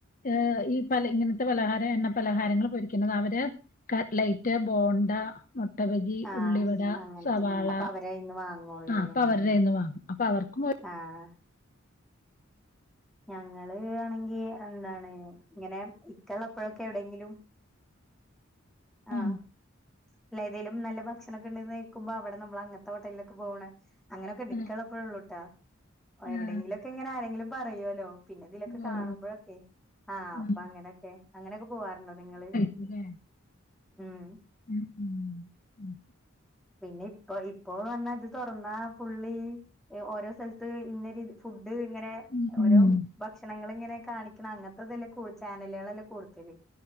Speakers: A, on the left; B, in the centre.
A: ഏഹ് ഈ പല ഇങ്ങനത്തെ പലഹാരം എണ്ണ പലഹാരങ്ങൾ പൊരിക്കുന്നത് അവര് കട്ലൈറ്റ് ബോണ്ട മൊട്ടബജി
B: ആഹ്
A: ഉള്ളിവട
B: അങ്ങനത്തൊക്കെ
A: സവാള
B: അപ്പൊ അവരയിന്ന് വാങ്ങോള്ളൂല്ലേ
A: ആ ഇപ്പം അവ- അവരെ കയ്യന്ന് വാങ്ങും അപ്പൊ അവർക്കും ഒ
B: ആഹ് ഞങ്ങള് ആണെങ്കിൽ എന്താണ് ഇങ്ങനെ ഇക്ക ഇള്ള എപ്പോഴൊക്കെ എവിടെയെങ്കിലും
A: ആ
B: ആഹ് അല്ല ഏതേലും നല്ല ഭക്ഷണൊക്കെ ഉണ്ടന്ന് നൽക്കുമ്പോ അവിടെ നമ്മള് അങ്ങട്ടതൊക്ക ഹോട്ടലിലൊക്കെ പോവണ് അങ്ങനെയൊക്കെ
A: ആ
B: ഇക്ക ഉള്ളപ്പോഴെ ഒള്ളൂട്ടെ എവിടെയെങ്കിലൊക്കെ
A: ആ
B: ഇങ്ങനെ ആരെങ്കിലും പറയല്ലോ പിന്നെ ഇതിലൊക്കെ കാണുമ്പോഴൊക്കെ
A: ഓ ഓ
B: ആഹ്
A: ഉം.
B: അപ്പൊ അങ്ങനെയൊക്കെ അങ്ങനെയൊക്കെ പോവാറുണ്ടോ നിങ്ങള്
A: ഇല്ലേ
B: ഉം
A: ഉം ഉം ഉം
B: പിന്നെ ഇപ്പ ഇപ്പൊന്ന് പറഞ്ഞാ ഇത് തുറന്നാ പുള്ളി ഓരോ സ്ഥലത്ത് ഇന്ന രിതി ഫുഡ് ഇങ്ങനെ
A: ഉം ഉം.
B: ഓരോ ഭക്ഷണങ്ങള് ഇങ്ങനെ കാണിക്കണം അങ്ങനത്തെതെല്ലാം ചാനലുകളെല്ലെ കൂടുത്തല്